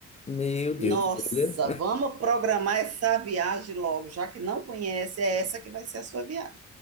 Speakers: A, on the left; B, on the right.
A: Meu Deus,
B: Nossa,
A: olha.
B: vamos programar essa viagem logo, já que não conhece, é essa que vai ser a sua viagem.